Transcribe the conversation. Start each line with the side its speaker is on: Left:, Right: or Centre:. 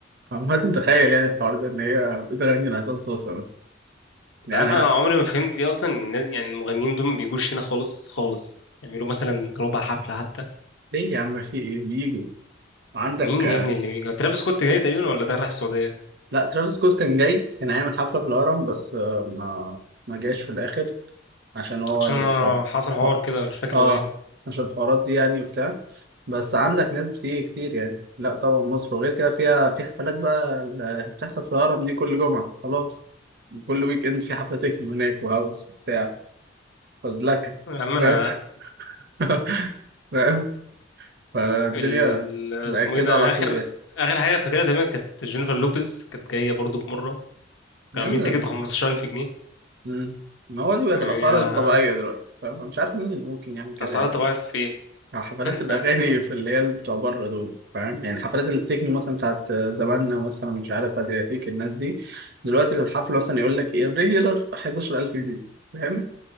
Right: عمال تتخيل يعني الحوار ده ان هي بتغني لعصام صوصه مثلا
Left: انت
Right: يعني
Left: عارف
Right: انا
Left: انا عمري ما فهمت ليه اصلا إن- يعني المغنيين دول ما بيجوش هنا خالص خالص يعملوا مثلا ربع حفله حتى
Right: ليه يا عم في ايه بيجوا عندك
Left: مين يا ابني اللي بيجي ترافيس سكوت جاي تقريبا ولا ده رايح السعوديه
Right: لا ترافيس سكوت كان جاي كان هيعمل حفله في الهرم بس آه، ما ما جاش في الاخر عشان هو
Left: عشان
Right: ال...
Left: انا
Right: اه
Left: حصل حوار
Right: اه
Left: كده مش فاكر
Right: آه،
Left: هو ايه
Right: عشان الحوارات دي يعني وبتاع بس عندك ناس بتيجي كتير يعني لا طبعا مصر وغير كده فيها في حفلات بقى اللي بتحصل في الهرم دي كل جمعة خلاص كل ويك اند في حفلة تكنو هناك وهاوس وبتاع فزلكة
Left: يا عم
Right: فاهم
Left: انا
Right: <laughs> فاهم فالدنيا
Left: ال- اسمه
Right: بقت كده
Left: ايه ده
Right: على
Left: انا
Right: طول
Left: اخر
Right: يعني
Left: اخر حاجه فاكرها تقريبا كانت جينيفر لوبيز كانت جايه برضو في مره كان
Right: يا
Left: عاملين
Right: عم
Left: تيكت ب 15000 جنيه
Right: مم. ما هو دي بقت
Left: يعني
Right: الأسعار
Left: آه،
Right: الطبيعية دلوقتي فاهم أنا مش عارف مين اللي ممكن يعمل كده
Left: اسعار
Right: يعني
Left: طبيعيه في ايه
Right: حفلات
Left: <laughs> ف-
Right: الأغاني في اللي هي بتوع بره دول فاهم يعني حفلات التكنو مثلا بتاعت زماننا مثلا مش عارف أدرياتيك الناس دي دلوقتي للحفلة مثلا يقول لك إيه ريجولار 11000 جنيه فاهم